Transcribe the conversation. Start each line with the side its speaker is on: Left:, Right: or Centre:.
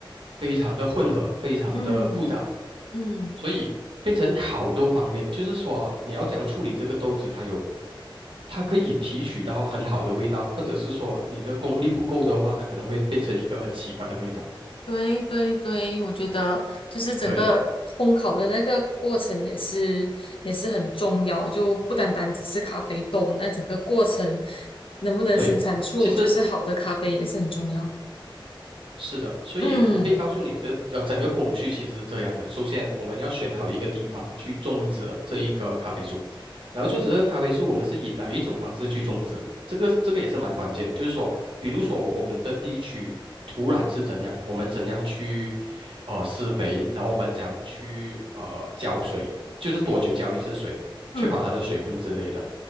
Right: 非常的混合，非常的复杂。
Left: 嗯嗯。
Right: 所以变成烤豆方面，就是说你要怎样处理这个豆子，它有，它可以提取到很好的味道，或者是说你的功力不够的话，它可能会变成一个很奇怪的味道。
Left: 对对对，我觉得就是整个烘烤的那个过程也是也是很重要，
Right: 对
Left: 就不单单只是咖啡豆，那整个过程能不能生产出就是好的咖啡也是很重要。
Right: 对，其实是的，所以我可以告诉你的，
Left: 嗯
Right: 呃，整个工序其实是这样的。首先，我们要选好一个地方去种植这一个咖啡树，然后种植这个咖啡树，我们是以哪一种方式去种植？这个这个也是蛮关键，就是说，比如说我们的地区土壤是怎样，我们怎样去呃施肥，然后我们怎样去呃浇水，就是多久浇一次水，
Left: 嗯
Right: 确保它的水分之类的。